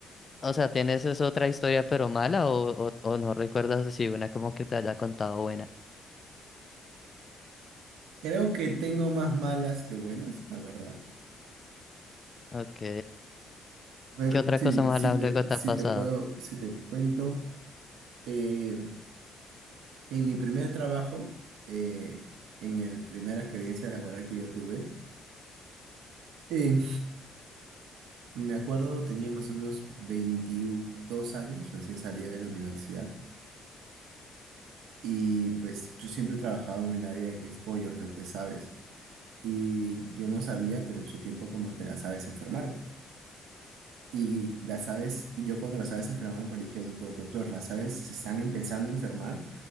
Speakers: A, on the left; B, on the right.
A: o sea, ¿tienes es otra historia pero mala o, o, o no recuerdas si una como que te haya contado buena?
B: Creo que tengo más malas que buenas, la verdad.
A: Ok.
B: A ver,
A: ¿Qué otra
B: sí,
A: cosa mala
B: sí te,
A: luego te
B: si
A: ha pasado?
B: te puedo, si te cuento, eh, en mi primer trabajo, eh, en el primera experiencia laboral que yo tuve, eh, me acuerdo tenía más o menos 22 años, recién salía de la universidad, y pues yo siempre trabajaba en el área de que es pollos, lo que sabes, y yo no sabía, pero en su tiempo como que las aves se enfermaron. Y las aves, yo cuando las aves se enfermaban, pues le dije al doctor, doctor, las aves se están empezando a enfermar,